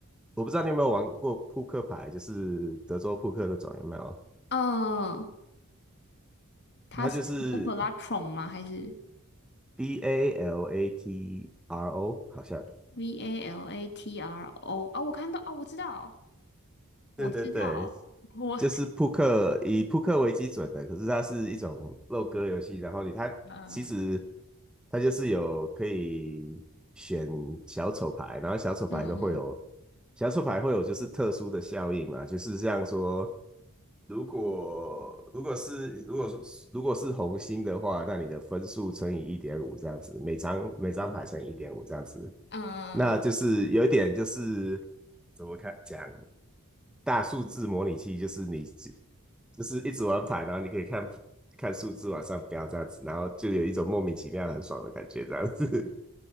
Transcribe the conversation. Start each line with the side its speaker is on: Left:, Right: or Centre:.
Centre: 我不知道你有没有玩过扑克牌，就是德州扑克那种，有没有？
Left: 嗯，它是
Centre: 它就是
Left: Velatron 吗？还是
Centre: B A L A T R O，好像。
Left: V A L A T R O？哦，我看到，哦，我知道，我知道，
Centre: 对对对，
Left: 我
Centre: 就是扑克，以扑克为基准的，可是它是一种肉鸽游戏，然后你它其实
Left: 嗯
Centre: 它就是有可以选小丑牌，然后小丑牌都会有，
Left: 嗯嗯
Centre: 小丑牌会有就是特殊的效应嘛，就是像说。如果如果是如果是如果是红心的话，那你的分数乘以一点五这样子，每张每张牌乘以一点五这样子，
Left: 嗯，
Centre: 那就是有一点就是
Left: 嗯，
Centre: 怎么看讲大数字模拟器，就是你就是一直玩牌，然后你可以看看数字往上飙这样子，然后就有一种莫名其妙很爽的感觉这样子。